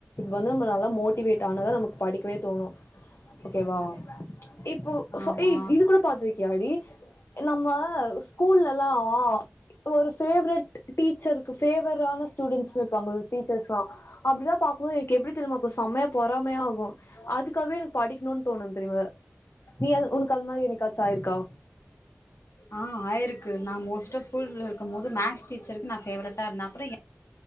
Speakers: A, on the left; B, on the left.
A: வந்து நம்ம நல்லா மோட்டிவேட் ஆனதா நமக்கு படிக்கவே தோணு ஓகேவா இப்போ
B: ஆமா
A: இது கூட பாத்திருக்கியாடி நம்ம ஸ் கூல்லல்லா ஒரு ஃபேவரட் டீச்சர் ஃபேவரான ஸ்டூடெண்ட்ஸ்ன்னு இருப்பாங்க டீச்சர்ஸ்லா அப்டிதா பாக்கும்போது என்க்கு எப்டி திரும்மாருக்கு செம்மயா பொறாமையா ஆகு அதுக்காகவே எனக்கு படிக்கணுனு தோணு தெரிவு நீ அது உனக்கு அது மாரி என்னைக்காச்சு ஆயிருக்கா
B: ஆ ஆயிருக்கு நா மோஸ்டா ஸ்கூல்ருக்கு போது மேக்ஸ் டீச்சருக்கு நா பேவரட்டா இருந்த அப்றோ எ